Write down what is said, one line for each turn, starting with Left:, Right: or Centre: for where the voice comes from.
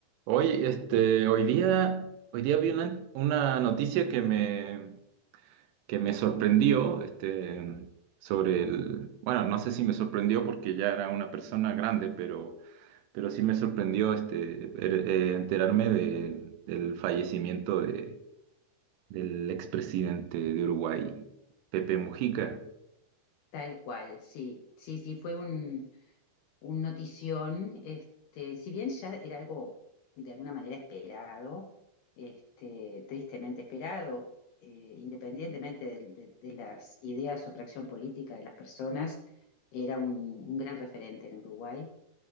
Right: Hoy, este,
Left: Fue
Right: hoy día, hoy día vi una, una noticia que me, que me sorprendió, este, sobre el, bueno, no sé si me sorprendió porque ya era una persona grande, pero, pero sí me sorprendió, este, er- eh, enterarme de- del fallecimiento de, del expresidente de Uruguay, Pepe Mujica.
Left: Tal cual, sí, sí, sí, fue un, un notición, este, si bien ya era algo de alguna manera esperado, este, tristemente esperado, eh, independientemente de, de- de las ideas o fracción política de las personas, era un, un gran referente en Uruguay,